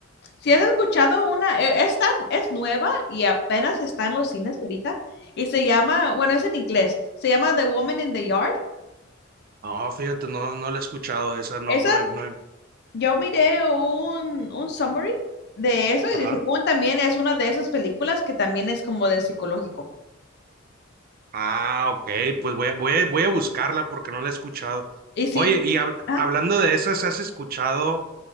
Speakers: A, on the left (about 55°); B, on the right (about 45°).
A: Si has escuchado una, e- es, tan- es nueva y apenas está en los cines ahorita y se llama, bueno, es en inglés, se llama The Woman in the Yard.
B: No, fíjate, no, no la he escuchado, esa no,
A: Esa,
B: no hay, no hay.
A: yo miré un, un summary de eso
B: Ajá.
A: y de según también es una de esas películas que también es como de psicológico.
B: Ah, ok, pues voy a, voy a, voy a buscarla porque no la he escuchado.
A: Y sí,
B: Oye, y hab-
A: ah,
B: hablando de esas, ¿has escuchado